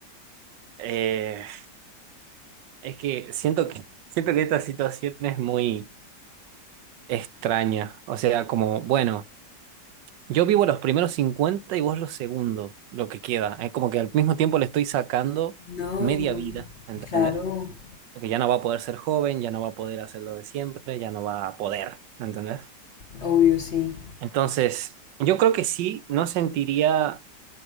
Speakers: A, on the right; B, on the left.
A: Eh, es que siento que siento que esta situación es muy extraña. O sea, como, bueno, yo vivo los primeros 50 y vos los segundos, lo que queda. Es como que al mismo tiempo le estoy sacando
B: No,
A: media vida, ¿entendés?
B: claro,
A: Porque ya no va a poder ser joven, ya no va a poder hacer lo de siempre, ya no va a poder, ¿entendés?
B: obvio, sí.
A: Entonces, yo creo que sí, no sentiría,